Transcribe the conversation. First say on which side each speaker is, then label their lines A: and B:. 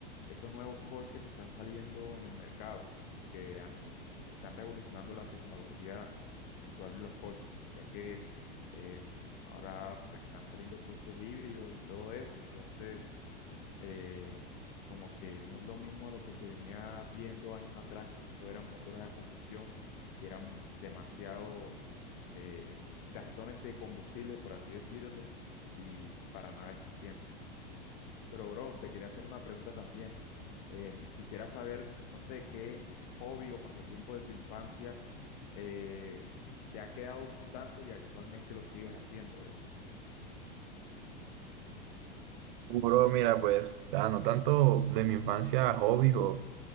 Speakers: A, on the left; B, on the right.
A: esos nuevos coches que están saliendo en el mercado, que han- están revolucionando la tecnología actual de los coches, ya que eh, ahora pues están saliendo coches híbridos y todo eso, entonces eh, como que no es lo mismo a lo que se venía viendo años atrás, que solo eran motores a combustión y eran demasiado eh, gastones de combustible, por así decirlo, y para nada eficiente. Pero, bro, te quería hacer una pregunta también. Em, quisiera saber, no sé, qué hobby o pasatiempo de tu infancia eh, te ha quedado gustando y actualmente lo sigues haciendo, bro.
B: Bro, mira, pues, o sea, no tanto de mi infancia hobbies o,